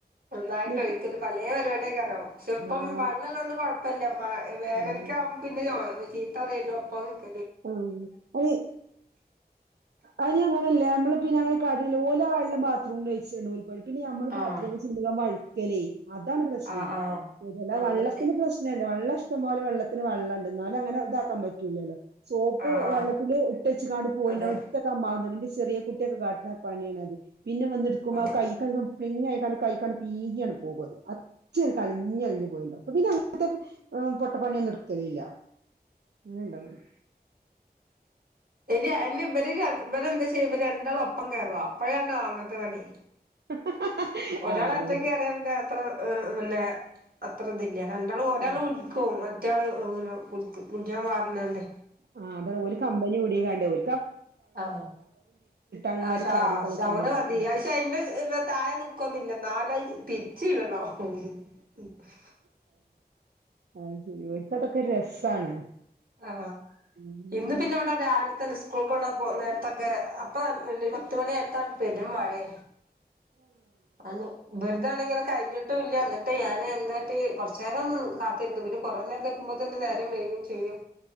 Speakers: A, on the right (about 60°); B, on the right (about 90°).
A: നന്നായിട്ട്
B: എന്നിട്ട്
A: ഒഴിക്കൽ പലേ പരിപാടി അയ്ക്കാരം ഇപ്പം
B: ആഹ്
A: വെള്ളം ഉള്ളതോണ്ട് കൊയപ്പല്യ മ വേനൽക്ക്
B: ഉം
A: ആവുമ്പോ പിന്നെ ചീത്തപറയലും ഒപ്പ <unintelligible>
B: ആ അത് അല്ലെ അങ്ങനല്ല നമ്മള് പിന്നെ കളി അല്ല ഓൽ വെള്ളം ബാത്‌റൂമിൽ ഒഴിച്ചക്കാണ്ട് ഓൽ പറി പിന്നെ നമ്മള്
A: ആഹ്
B: ബാത്‌റൂമിൽ ചെല്ലുമ്പോ അങ്ങട്ട് വയ് യെലെ അതാണ്‌ പ്രശ്നം
A: ആഹ് ആഹ്
B: അതല്ലാതെ വെള്ളത്തിന്റെ
A: അതുണ്ട്
B: പ്രശ്നം അല്ല വെള്ളം ഇഷ് ഇഷ്ടം പോലെ വെള്ളത്തിന് വെള്ളം ഇണ്ട് എന്നാലും അങ്ങനെ ഇതാക്കാൻ പറ്റൂല്ലല്ലോ സോപ്പ്
A: ആഹ് ആഹ്
B: വെള്ളത്തില് ഇട്ടേച്ച്കാണ്ട് പോയിണ്ടാവും
A: അതെ
B: എടുത്തു വെക്കാൻ മറന്നു <unintelligible> ചെറിയ കുട്ടിയൊക്ക കാട്ടണ പണിയാണത് പിന്നെ വന്ന് എടുക്കുമ്പോ
A: ആഹ്
B: ആ കൈക്കങ്ങ് പിങ് അയ്കാണ്ട് കൈകാണ്ട് പീങ്ങിയെടു പോകുഅത് അച്ചിയൊരു കളിഞ്ഞ <unintelligible> പോയിണ്ടാവും ഇപ്പോ പിന്നെ അങ്ങനത്തെ പൊട്ടപ്പണിയൊന്നും എടുക്കലില്ല അങ്ങനെയുണ്ടോ <inaudible>
A: ഇനി എന്നേ ഇവര് ര ഇവരെന്താ ചെയ്യ് ഇവരണ്ടാള് ഒപ്പം കേറും അപ്പോഴാണ് അങ്ങത്തെ പണി
B: <inaudible>
A: ഒരാള്
B: ആ അതാണ്
A: ഒറ്റക്ക് കേറിയ പിന്നെ അത്ര <unintelligible> പിന്നെ അത്ര ഇതില്ല രണ്ടാളും ഒരാള്
B: ആ
A: വിളിക്കും മാറ്റാളു ഇഹ് നോ വിളിക്ക് വിളിക്കാൻ പാ എന്നാഇണ്ട്
B: ആഹ് അതാണ് ഓൽ കമ്പനി കൂടിയെകാണ്ട് ഓൽ
A: ആഹ്
B: അങ്ങനെ
A: അ ഷ
B: ചാടി
A: അഹ് അ
B: കളിക്കേണ്ടി
A: ഷവർ
B: വരും
A: മതി
B: ഉം
A: അ ശെ എന്റെ താഴെ നിക്കൊന്നും ഇല്ല എന്നാലും അ തിരിച്ച് ഇടണോ <unintelligible>
B: ആ ശരി ഓര്ക്ക് അതൊക്കെ രസാണ്
A: ആഹ്
B: ആഹ്
A: ഇന്ന് പിന്നെ ഇവടെ ഒരാള് തന്നെ സ്കൂൾക് എവിടാ പോന്നേ തക്കെ അപ്പ ലിവ എട്ടു മണി അയത്തോണ്ട് പെരും മഴേ അന്ന് വെർ താ നിങ്ങള് കഴിഞ്ഞിട്ടു ഇല്ല എന്നിട്ട് ഞാന് എന്ത് കാട്ടി കുറച്ച് നേരം നിന്നു കാത്തിരുന്നു പിന്നെ കൊറേ നേരം നിക്കുമ്പോതേന് നേരം വൈകും ചെയ്യും